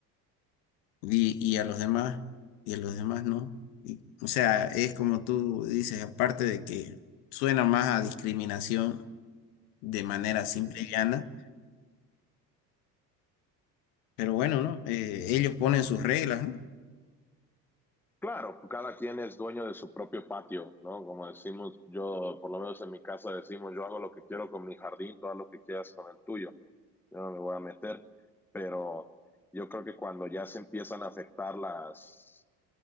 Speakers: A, on the left; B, in the centre.
A: y, y a los demás, y a los demás no. Y, o sea, es como tú dices, aparte de que suena más a discriminación de manera simple
B: uh -huh.
A: y llana, pero bueno, ¿no? Eh, ellos ponen sus reglas, ¿no?
B: Claro, cada quien es dueño de su propio patio, ¿no? Como decimos, yo, por lo menos en mi casa decimos, yo hago lo que quiero con mi jardín, tú haz lo que quieras con el tuyo, yo no me voy a meter, pero yo creo que cuando ya se empiezan a afectar las,